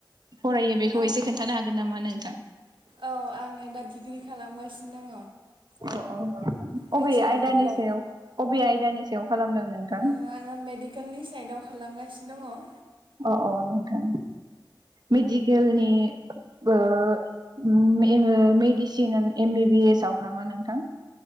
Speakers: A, on the right (about 55°); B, on the right (about 75°).
A: फरायो बेखौ
B: आङो
A: एसे खोन्थानो हागोन नामा नोंथां?
B: औ आङो दा डिग्रि खालामगासिनो दङ
A: अ अ
B: बेचलार
A: अबे आयदानि
B: डिग्रि
A: सायाव अबे आयदानि सायाव खालामदों नोंथां
B: ओ आङो मेडिकेलनि साइदाव खालामगासिनो दङ
A: औ औ नोंथां मेडिकेलनि बो ओम medicine M B B S आव नामा नोंथां?